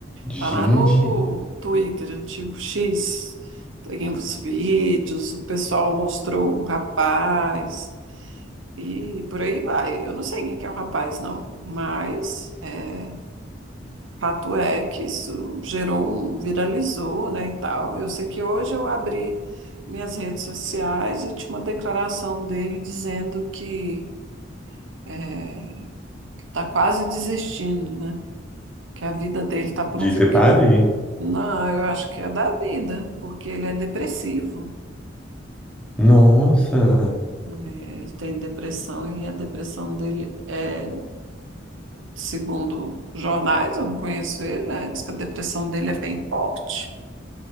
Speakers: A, in the centre; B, on the right.
A: Gente,
B: Tá lá no Twitter, antigo X, tem os vídeos, o pessoal mostrou o rapaz. E por aí vai. Eu não sei quem que é o rapaz, não, mas é, fato é que isso gerou um, viralizou, né, e tal. Eu sei que hoje eu abri minhas redes sociais e tinha uma declaração dele dizendo que é, está quase desistindo, né? Que a vida dele está por
A: de
B: um fio.
A: ser padre?
B: Não, eu acho que é da vida, porque ele é depressivo.
A: Nossa.
B: né, ele tem depressão e a depressão dele é segundo jornais, eu não conheço ele, né? Diz que a depressão dele é bem forte.